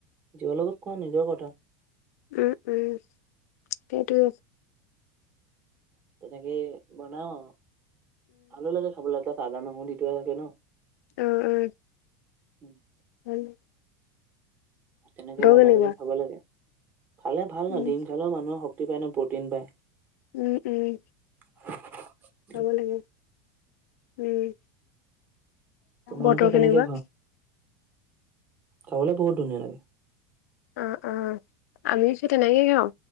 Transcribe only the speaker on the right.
যিহ লগত কোৱা নিজৰ কথা!
তেনেকে বনাও ভালো লাগে খাবলৈ তাত আদা নহৰু দি থোৱা থাকে ন!
উম,
তেনেকে বনাই
পেলাই খাব লাগে। খালে ভাল না
দিম খালেও মানুহৰ শক্তি পায় ন প্ৰটিন পায়।
<unintelligible>
তোমালোকে
কেনেকে
খাবলে বহুত ধুনীয়া লাগে।